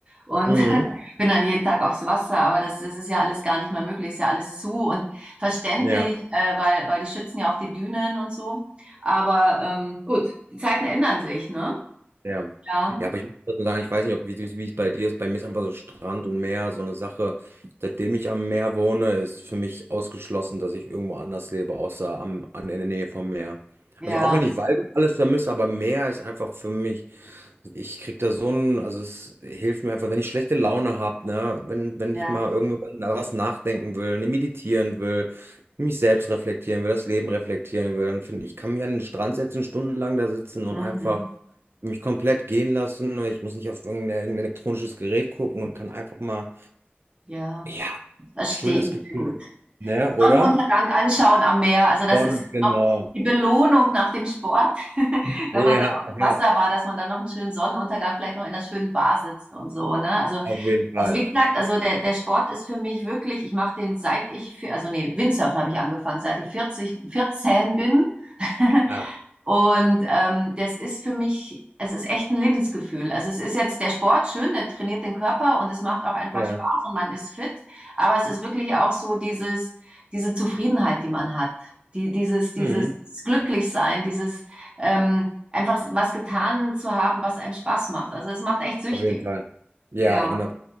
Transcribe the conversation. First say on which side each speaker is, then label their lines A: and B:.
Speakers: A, on the right (about 25°); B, on the right (about 75°).
A: Und
B: Mhm.
A: bin dann jeden Tag aufs Wasser, aber das, das ist ja alles gar nicht mehr möglich, ist ja alles zu und verständlich,
B: Ja.
A: äh, weil, weil die schützen ja auch die Dünen und so. Aber ähm, gut, die Zeiten ändern sich, ne?
B: Ja.
A: Ja,
B: Ja, aber ich muss trotzdem sagen, ich weiß nicht, ob wie wie es bei dir ist. Bei mir ist einfach so Strand und Meer so eine Sache. Seitdem ich am Meer wohne, ist für mich ausgeschlossen, dass ich irgendwo anders lebe, außer am, an der Nähe vom Meer.
A: ja,
B: Also auch wenn ich Wald und alles vermisse, aber Meer ist einfach für mich. Ich krieg da so ein, also es hilft mir einfach, wenn ich schlechte Laune habe, ne, wenn, wenn
A: ja.
B: ich mal irgendwo was nachdenken will, ne, meditieren will, mich selbst reflektieren will, das Leben reflektieren will, dann finde ich, kann mich an den Strand setzen, stundenlang da sitzen und
A: Mhm.
B: einfach mich komplett gehen lassen. ne, Ich muss nicht auf irgendein, irgendein elektronisches Gerät gucken und kann einfach mal,
A: Ja,
B: ja,
A: verstehe
B: schön das
A: ich
B: Gefühl,
A: sehr gut.
B: ne,
A: Sonnenuntergang
B: oder?
A: anschauen am Meer, also das
B: Dann,
A: ist ja
B: genau.
A: auch die Belohnung nach dem Sport, <laughs> wenn
B: Ja,
A: man dann auf dem
B: ja,
A: Wasser war, dass man dann noch einen schönen Sonnenuntergang, vielleicht noch in einer schönen Bar sitzt und so, ne? Also
B: auf jeden Fall.
A: Also wie gesagt, also der, der Sport ist für mich wirklich, ich mache den seit ich, vier- also nee, Windsurfen habe ich angefangen, seit ich 40, 14 bin. <laughs>
B: Ah,
A: Und ähm, das ist für mich, es ist echt ein Lebensgefühl. Also es ist jetzt der Sport schön, der trainiert den Körper und es macht auch einfach
B: ja.
A: Spaß und man ist fit. Aber es ist wirklich auch so dieses, diese Zufriedenheit, die man hat, die, dieses, dieses
B: Mhm.
A: Glücklichsein, dieses ähm, einfach was getan zu haben, was einem Spaß macht. Also es macht echt süchtig.
B: Auf jeden Fall. Ja,
A: Ja.
B: hundert